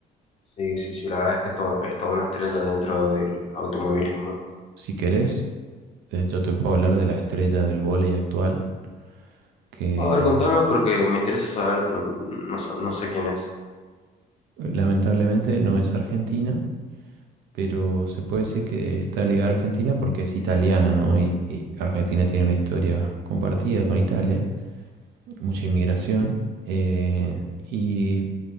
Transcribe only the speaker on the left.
Sí, sí, sí, la verdad es que esto es toda una estrella dentro del automovilismo.
A ver, contame porque me interesa saber, pero no, so- no sé quién es.